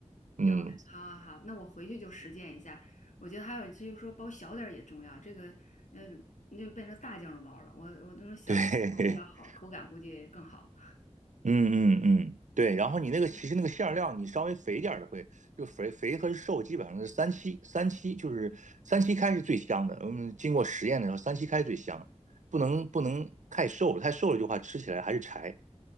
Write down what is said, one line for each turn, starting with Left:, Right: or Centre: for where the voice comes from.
Right: 嗯，
Left: 行嘞，好好好，那我回去就实践一下。我觉得还有就是说包小点儿也重要，这个呃，你就变成大酱肉包了，我我那种小酱肉包比较好，
Right: 对，<laughs>
Left: 口感估计更好。
Right: 嗯嗯嗯，对。然后你那个其实那个馅儿料，
Left: 嗯，
Right: 你稍微肥点儿的会就肥肥和瘦基本上是三七三七，就是三七开是最香的。嗯，经过实验的时候，三七开最香，不能不能太瘦了，太瘦了就话吃起来还是柴。